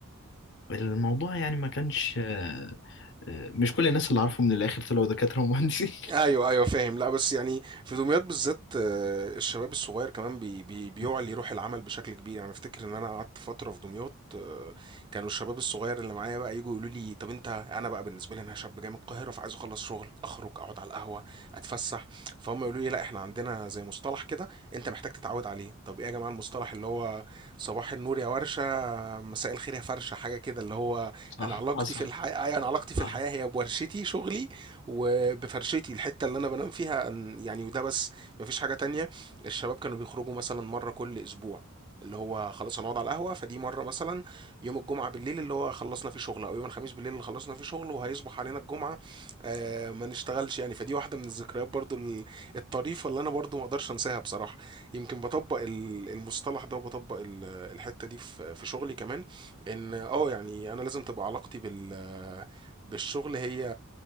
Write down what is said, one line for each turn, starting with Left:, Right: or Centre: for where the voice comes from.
Left: فالموضوع يعني ما كانش آه، آه، مش كل الناس اللي عارفه من الاخر طلعوا دكاترة ومهندسين
Right: ايوه ايوه فاهم لا بس يعني في دمياط بالذات آه، الشباب الصغير كمان بي بي بيعلي
Left: <laughs>
Right: روح العمل بشكل كبير يعني افتكر ان انا قعدت فتره في دمياط آه، كانوا الشباب الصغير اللي معايا بقى يجوا يقولوا لي طب انت انا بقى بالنسبه لي انا شاب جاي من القاهره فعايز اخلص شغل اخرج اقعد على القهوه اتفسح فهم يقولوا لي لا احنا عندنا زي مصطلح كده انت محتاج تتعود عليه طب ايه يا جماعه المصطلح اللي هو صباح النور يا ورشه مساء الخير يا فرشه حاجه كده اللي هو
Left: صح
Right: انا علاقتي
Left: حصل
Right: في الحياه انا علاقتي في
Left: صح
Right: الحياه هي بورشتي شغلي وبفرشتي الحته اللي انا بنام فيها أن- يعني وده بس مفيش حاجه تانية الشباب كانوا بيخرجوا مثلا مره كل اسبوع اللي هو خلاص هنقعد على القهوه فدي مره مثلا يوم الجمعه بالليل اللي هو خلصنا فيه شغل او يوم الخميس بالليل اللي خلصنا فيه شغل وهيصبح علينا الجمعه آه ما نشتغلش يعني فدي واحده من الذكريات برضو ال- الطريفه اللي انا برضو ما اقدرش انساها بصراحه يمكن بطبق ال- المصطلح ده وبطبق ال- الحته دي في في شغلي كمان ان اه يعني انا لازم تبقى علاقتي بال بالشغل هي